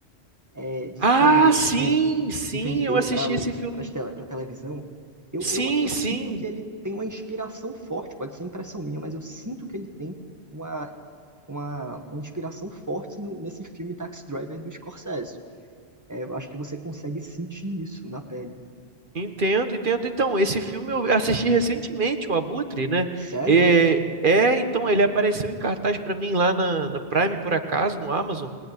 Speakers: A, on the right; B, on the right.
A: é, de
B: Ah,
A: cenas
B: sim,
A: e, ven-
B: sim,
A: e vender
B: eu assisti
A: para
B: esse filme.
A: para televisão, eu,
B: Sim,
A: eu, eu
B: sim,
A: sinto que ele tem uma inspiração forte, pode ser impressão minha, mas eu sinto que ele tem uma, uma, uma inspiração forte no- nesse filme Taxi Driver do Scorsese. É, eu acho que você consegue sentir isso na pele.
B: entendo, entendo. Então, esse filme eu assisti recentemente, o Abutre, né?
A: Sério?
B: É, é, então ele apareceu em cartaz para mim lá na, na Prime, por acaso, no Amazon.